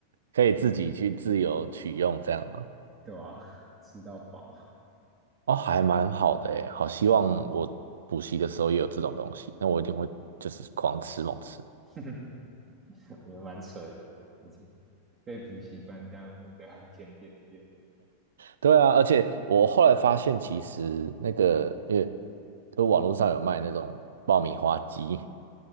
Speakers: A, on the right (about 65°); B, on the right (about 25°).
A: 可以自己去自由取用这样吗？
B: 对啊，<laughs> 吃到饱，
A: 哦，还蛮好的诶，好希望我补习的时候也有这种东西，那我一定会就是狂吃猛吃。
B: <laughs> 也蛮扯的，没错，被补习班耽误的甜点店
A: 对啊，而且我后来发现，其实那个因为就网络上有卖那种爆米花机，